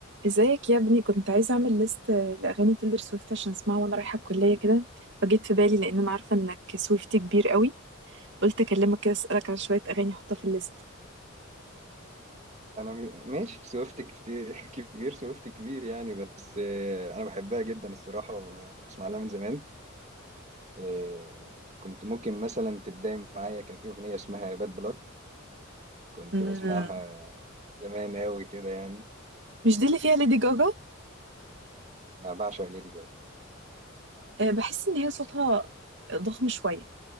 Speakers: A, on the right; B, on the right.
A: ازيك يا ابني كنت عايزة اعمل ليست لاغاني تيلر سويفت عشان اسمعها وانا رايحة الكلية كده فجيت في بالي لان انا عارفة انك سويفتي كبير قوي قلت اكلمك كده اسالك عن شوية اغاني احطها في الليست
B: انا م- ماشي سويفت كتير <laughs> كبير سويفت كبير يعني بس آه، انا بحبها جدا الصراحه بسمع لها من زمان آه، كنت ممكن مثلا تبداي معايا كان في اغنيه اسمها باد بلاد كنت
A: مم.
B: بسمعها زمان قوي كده يعني
A: مش دي اللي فيها ليدي جاجا
B: انا بعشق ليدي جاجا
A: آه، بحس ان هي صوتها ضخم شوية